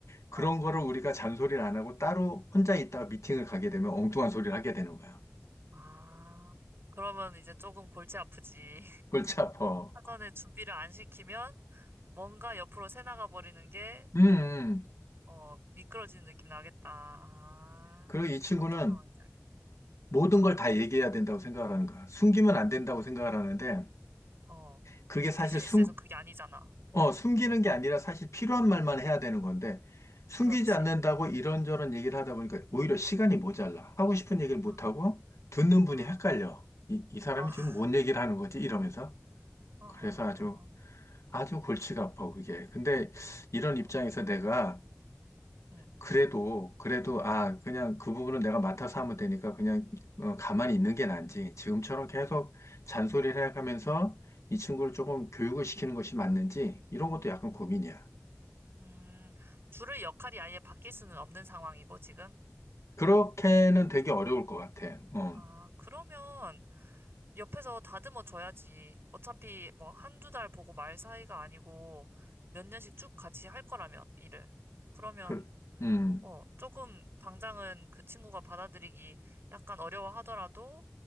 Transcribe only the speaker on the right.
어,
아. 그러면 이제 조금 골치 아프지.
사전에 준비를 안 시키면 뭔가 옆으로 새나가 버리는 게,
어, 미끄러지는 느낌 나겠다. 아,
어떤 상황인지 알겠다.
어.
근데
비즈니스에선
그게 아니잖아.
그렇지.
아,
아,
어,
<laughs>
어,
어,
음,
음, 줄을 역할이 아예 바뀔 수는 없는 상황이고, 지금.
아, 그러면 옆에서 다듬어 줘야지. 어차피 뭐 한두 달 보고 말 사이가 아니고 몇 년씩 쭉 같이 할 거라면, 일을. 그러면
어, 조금 당장은 그 친구가 받아들이기 약간 어려워하더라도